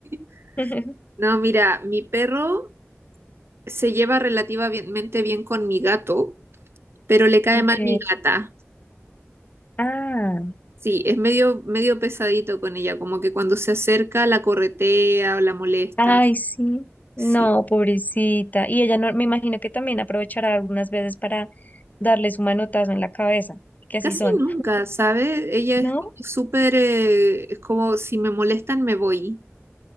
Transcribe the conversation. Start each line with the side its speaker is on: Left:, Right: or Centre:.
Right: <laughs>
Left: <laughs>
Right: No, mira, mi perro se lleva relativamente bien con mi gato, pero le cae
Left: Ok.
Right: mal mi gata.
Left: Ah,
Right: Sí, es medio, medio pesadito con ella, como que cuando se acerca la corretea o la molesta.
Left: ay, sí. No,
Right: Sí,
Left: pobrecita. Y ella no, me imagino que también aprovechará algunas veces para darle su manotazo en la cabeza, que así
Right: casi
Left: son,
Right: nunca, ¿sabe? Ella
Left: ¿no?
Right: es como súper, eh, es como si me molestan me voy.